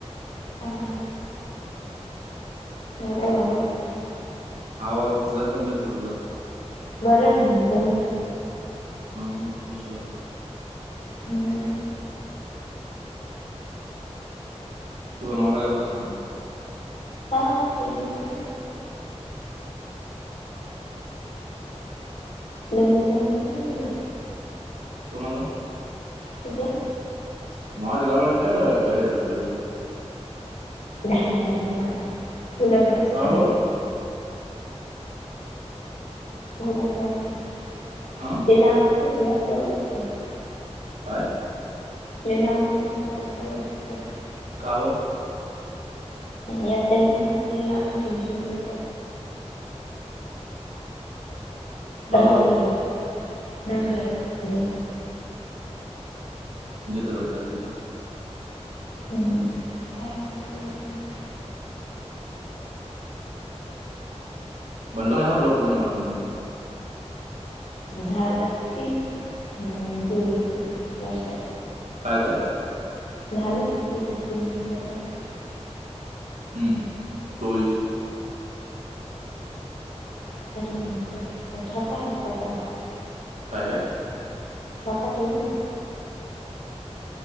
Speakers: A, on the left (about 85°); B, on the right (about 80°).
A: समजलं बरं आहे बाबा तुझं
B: आवाजच लई कमी येतोय तुझा.
A: बरं आहे म्हंटल तुमचं.
B: हा मग विषय आहे का.
A: <unintelligible> <inaudible>
B: तुझा नवरा गेला का कामावर?
A: ह ते गेले ना. लग्न जमलं का तुझं?
B: कोणाचा
A: तिचं
B: <unintelligible> एवढं.
A: झाली झाली म्हाला सुलभ जा
B: का
A: माहिती.
B: बरं?
A: गुलाबजाम खाल्लं
B: ह.
A: <unintelligible>
B: काय?
A: आप लांबचीच वस्त <unintelligible>
B: का बरं?
A: यातााई असलेला आम्ही ट्युशनत्र
B: बघू
A: राहून
B: आता
A: गेलं ना गेल्यातलं हम्म
B: जिथं भेटेल तिथं.
A: हम्म हम्म हम्म.
B: <unintelligible>
A: झालं की हम्म च वर्ष
B: काय काय?
A: <unintelligible>
B: हम्म चोवीस
A: <unintelligible>
B: काय काय?
A: मठ्ठा थोडी आहे.